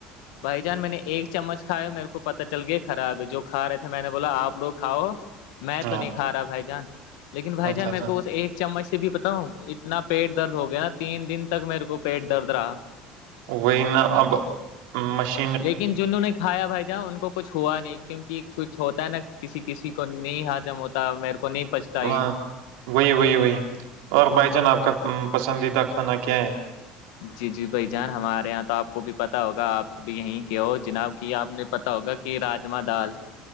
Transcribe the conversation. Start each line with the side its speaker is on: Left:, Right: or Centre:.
Left: بھائی جان میں نے ایک چمچ کھایا میرے کو پتا چل گیا خراب ہے جو کھ رہے تھے میں نے بولا آپ لوگ کھاؤ میں
Right: ہاں
Left: تو نہیں کھا رہا بھائی جان لیکن بھائی
Right: اچھا
Left: جان
Right: اچھا
Left: میرے کو اس ایک چمچ سے بھی پتاؤوں اتنا پیٹ درد ہو گیا نا تین دن تک میرے کو پیٹ درد رہا
Right: وہی نا اب مش
Left: لیکن جنہوں نے کھایا بھائی جان ان کو کچھ ہوا نہیں کیونکہ کچھ ہوتا ہے نا کسی کسی کو نہیں ہاجم ہوتا میرے کو نہیں پچتا یہ
Right: ہاں وہی وہی وہی اور بھائی جان آپ کا پسندیدہ کھانا کیا ہے
Left: جی جی بھائی جان ہمارے یہاں تو آپ کو بھی پتہ ہوگا آپ بھی یہیں کے ہو جناب کہ آپ نے پتا ہوگا کہ راجما دال